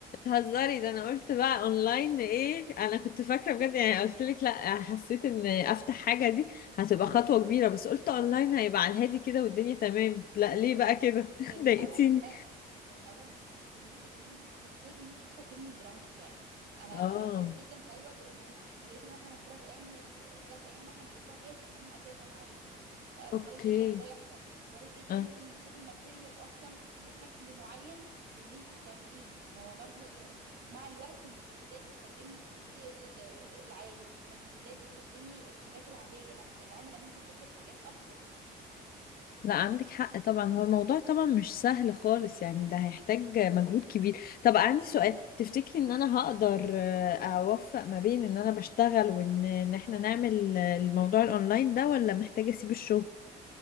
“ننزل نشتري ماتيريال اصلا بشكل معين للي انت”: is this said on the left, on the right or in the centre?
Right